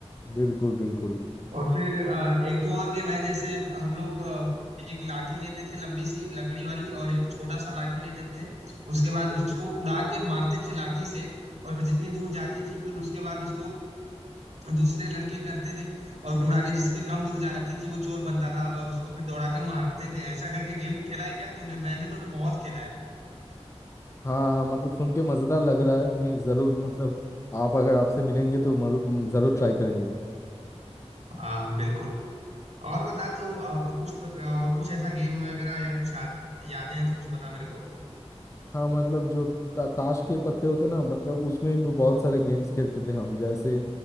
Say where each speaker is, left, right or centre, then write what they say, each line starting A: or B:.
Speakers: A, on the left (about 25°); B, on the right (about 75°).
A: बिल्कुल बिल्कुल
B: और फिर अ, एक दो और गेम है जैसे हम लोग अ, एक लाठी लेते थे लंबी सी लकड़ी वाली और एक छोटा सा लाठी लेते थे उसके बाद उसको उड़ा के मारते थे लाठी से और जितनी दूर जाती थी फिर उसके बाद उसको दूसरे लड़के करते थे और उड़ा के जिसके कम दूर जाती थी वो चोर बनता था और उसको फिर दौड़ा के मारते थे ऐसा करके गेम खेला है क्या तुमने मैंने तो बहुत खेला है
A: हाँ मतलब सुन के मज़ेदार लग रहा है मैं ज़रूर मतलब आप अगर आपसे मिलेंगे तो मरु- म, ज़रूर ट्राई करेंगे
B: हाँ बिल्कुल और बता तो और कुछ और कुछ ऐसा गेम वगैरह या कुछ याद- यादें हैं तो कुछ बता मेरे को
A: हाँ मतलब जो ता, ताश के पत्ते होते ना मतलब उसमें भी बहुत सारे गेम्स खेलते थे हम जैसे